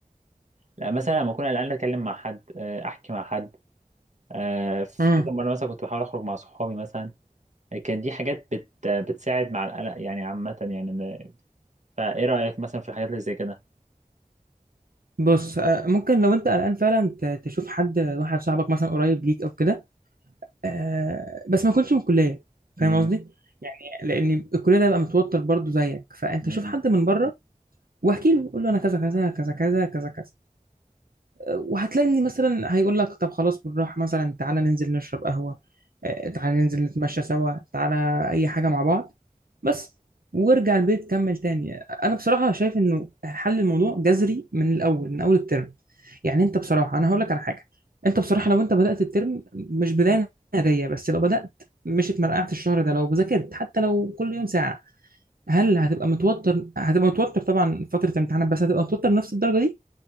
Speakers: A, on the right; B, on the right.
A: لا مثلا لما اكون قلقان اتكلم مع حد آه احكي مع حد آه، في
B: امم
A: كذا مرة مثلا كنت بحاول أخرج مع صحابي مثلا آه، كان دي حاجات بت بتساعد مع القلق يعني عامة يعني أنا- فإيه رأيك مثلا في الحاجات اللي زي كده؟
B: بص آه، ممكن لو انت قلقان فعلا ت- تشوف حد واحد صاحبك مثلا قريب ليك او كده آه بس ما كنتش من الكليه فاهم
A: امم
B: قصدي يعني لان الكليه ده بقى متوتر برضو زيك فانت
A: امم
B: شوف حد من بره واحكي له قول له انا كذا كذا كذا كذا كذا كذا وهتلاقي ان مثلا هيقول لك طب خلاص بالراحه مثلا تعالى ننزل نشرب قهوه آه، تعالى ننزل نتمشى سوا تعالى اي حاجه مع بعض بس وارجع البيت كمل تاني انا بصراحه شايف انه حل الموضوع جذري من الاول من اول الترم يعني انت بصراحه انا هقول لك على حاجه انت بصراحه لو انت بدات الترم مش بدايه ناريه بس لو بدات مش اتمرقعت الشهر ده لو ذاكرت حتى لو كل يوم ساعه هل هتبقى متوتر هتبقى متوتر طبعا فتره امتحانات بس هتبقى متوتر نفس الدرجه دي